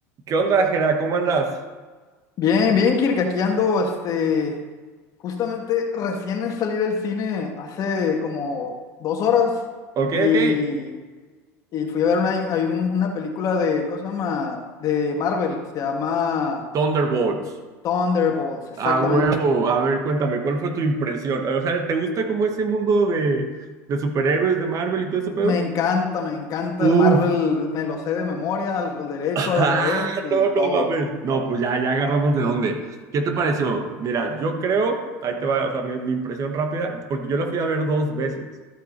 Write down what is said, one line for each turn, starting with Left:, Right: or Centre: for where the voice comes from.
Right: ¿Qué onda, Jera? ¿Cómo andas?
Left: Bien, bien, Kirk, aquí ando, este, justamente recién salí del cine hace como dos horas
Right: Ok, ok.
Left: y, y fui a ver una, hay un- una película de, ¿cómo se llama? De Marvel, se llama
Right: Thunderbolts.
Left: Thunderbolts, exactamente.
Right: A huevo. A ver, cuéntame, ¿cuál fue tu impresión? O sea, ¿te gusta como ese mundo de, de superhéroes de Marvel y todo ese pedo?
Left: Me encanta, me encanta
Right: Uf,
Left: el Marvel,
Right: <laughs>
Left: me lo sé de memoria, al derecho,
Right: Ah,
Left: al revés y
Right: no,
Left: todo.
Right: no mames. No, pues ya, ya agarramos de dónde. ¿Qué te pareció? Mira, yo creo, ahí te va, o sea, mi, mi impresión rápida, porque yo la fui a ver dos veces.